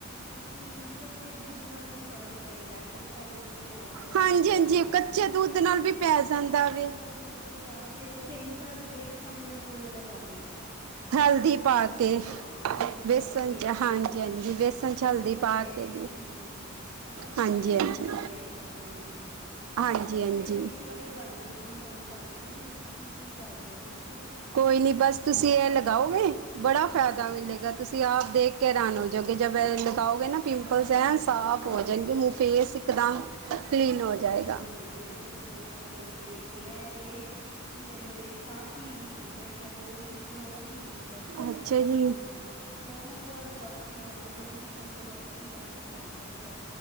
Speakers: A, on the right; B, on the right.
A: ਕੀ ਕੱਚੇ ਦੁੱਧ ਨਾਲ ਵੀ ਫ਼ਰਕ ਪੈਂਦਾ। ਕੱਚਾ ਦੁੱਧ ਲਗਾ ਕੇ ਰੱਖੋ,
B: ਹਾਂਜੀ ਹਾਂਜੀ ਕੱਚੇ ਦੁੱਧ ਨਾਲ
A: ਕੱਚੇ
B: ਵੀ ਪੈ
A: ਦੁੱਧ
B: ਜਾਂਦਾ
A: ਨਾਲ
B: ਵੇ
A: ਵੀ। ਤੇ ਜਾਂ ਫਿਰ ਉਹ ਸਿੰਪਲ ਬੇਸਨ ਲਗਾਏ।
B: ਹਲਦੀ
A: ਸਿਰਫ
B: ਪਾ ਕੇ
A: ਹਾਂ, ਹਲਦੀ
B: ਬੇਸਣ
A: ਪਾ ਕੇ
B: ਚ ਹਾਂਜੀ ਹਾਂਜੀ
A: ਹਾਂ,
B: ਬੇਸਣ ਚ
A: ਉਹ
B: ਹਲਦੀ
A: ਲਗਾਏ।
B: ਪਾ ਕੇ ਵੀ
A: ਹਮ‌, ਉਹ ਵੀ
B: ਹਾਂਜੀ
A: ਬੈਟਰ
B: ਹਾਂਜੀ
A: ਦੱਸਿਆ ਏ ਕਿਸੇ ਨੇ।
B: ਹਾਂਜੀ
A: ਮੈਂ ਕਿਹਾ ਚਲੋ,
B: ਹਾਂਜੀ
A: ਫਿਰ ਵੀ ਇੱਕ ਵਾਰੀ ਤੁਹਾਡੇ ਨਾਲ ਕਨਫਰਮ ਕਰ ਲਈਏ ਵੀ ਤੁਸੀਂ ਵੀ ਦੱਸ ਦਿਉ ਕੁਝ?
B: ਕੋਈ ਨੀ ਬਸ ਤੁਸੀਂ ਇਹ ਲਗਾਓਗੇ ਬੜਾ
A: ਅੱਛਾ
B: ਫਾਇਦਾ ਮਿਲੇਗਾ। ਤੁਸੀ ਦੇਖ ਕੇ ਹੈਰਾਨ ਹੋ ਜਾਗੇ ਜਬ ਐ ਲਗਾਓ ਗੇ ਨਾ। ਪਿੰਪਲਸ
A: ਹਮ
B: ਐਨ ਸਾਫ਼
A: ਮੈਂ
B: ਹੋ ਜਾਣਗੇ
A: ਤੇ
B: ਫੇਸ ਇਕਦਮ ਕਲੀਨ ਹੋ ਜਾਏਗਾ।
A: <unintelligible> ਜੀ ਇਹਦਾ ਫੇਸ ਦੇ ਕੇ ਹੈ ਤੇ ਕੀ ਕਹਿੰਦੇ ਨੇ ਸਾਫੀ ਹੀ ਵੀ ਪੀ ਬੈਠਾ। ਦੋਸ਼ ਸ਼ੀਸ਼ੀਆਂ ਉਹ ਵੀ ਪੀ ਬੈਠਾ
B: ਅੱਛਾ
A: ਸਾਹਫੀ
B: ਜੀ
A: ਦੀਆਂ। ਹੋਰ ਡਾਕਟਰੀ ਇਲਾਜ ਅੰਮ੍ਰਿਤਸਰ ਤੋਂ ਡਾਕਟਰੀ ਇਲਾਜ ਕਰਵਾਉਂਦਾ ਪਿਆ।